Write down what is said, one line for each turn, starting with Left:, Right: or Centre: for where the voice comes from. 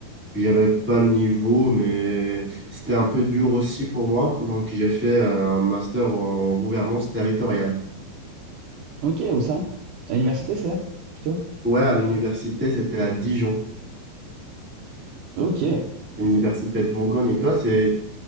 Centre: j'avais pas le niveau, mais c'était un peu dur aussi pour moi. Donc, j'ai fait euh, un master en gouvernance territoriale.
Right: Ok, où ça? À l'université, c'est là? Plutôt?
Centre: Ouais, à l'université, c'était à Dijon,
Right: Ok.
Centre: c'est l'université
Right: C'est-
Centre: de Bourgogne. Et toi, c'est